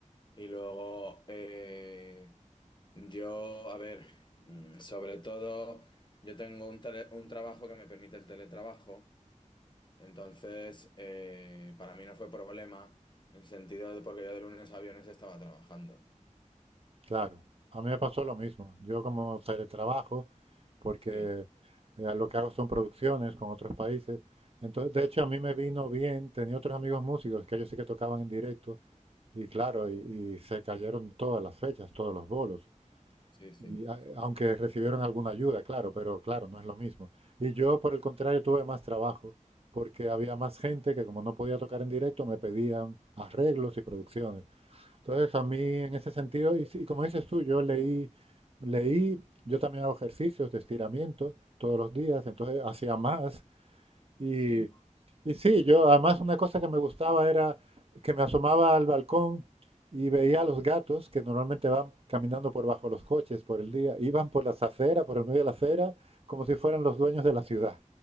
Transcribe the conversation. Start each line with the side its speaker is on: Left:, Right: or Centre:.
Left: y luego, eh, yo, a ver, mm, sobre todo, yo tengo un, tele- un trabajo que me permite el teletrabajo, entonces, eh, para mí no fue problema, en el sentido de porque yo de lunes a viernes estaba trabajando.
Right: Claro, a mí me pasó lo mismo. Yo como teletrabajo, porque
Left: Sí,
Right: eh, lo que hago son producciones con otros países. Entonces, de hecho, a mí me vino bien. Tenía otros amigos músicos que ellos sí que tocaban en directo. Y claro, y, y se cayeron todas las fechas, todos los bolos.
Left: sí, sí,
Right: Y, a- aunque recibieron alguna ayuda, claro, pero claro, no es lo mismo. Y yo, por el contrario, tuve más trabajo, porque había más gente que como no podía tocar en directo, me pedían arreglos y producciones. Entonces, a mí, en ese sentido, y, sí, y como dices tú, yo leí, leí, yo también hago ejercicios de estiramiento todos los días, entonces hacía más y,
Left: sí.
Right: y sí, yo además una cosa que me gustaba era que me asomaba al balcón y veía a los gatos que normalmente van caminando por bajo los coches por el día, iban por las aceras, por el medio de la acera, como si fueran los dueños de la ciudad.